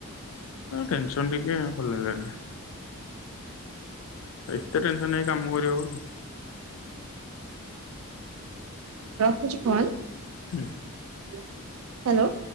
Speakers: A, on the left (about 65°); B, on the right (about 65°).
A: ଟେନସନ୍ ଟିକେ ଭଲ ଲାଗିଲାନି। ଏତେ ଟେନସନ୍ ହେଇକି କାମ କରି ହବକି?
B: ରଖୁଛି କଲ।
A: ହୁଁ
B: ହ୍ୟାଲୋ।